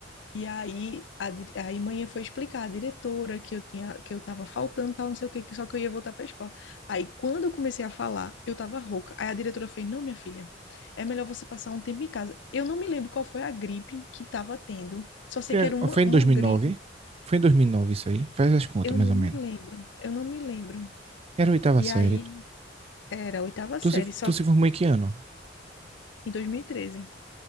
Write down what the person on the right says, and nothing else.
Foi,
a-
foi em
2009.
Foi em 2009 isso aí. Faz as contas,
mais
ou
menos.
Era a oitava
série.
Tu
se,
tu se formou em que ano?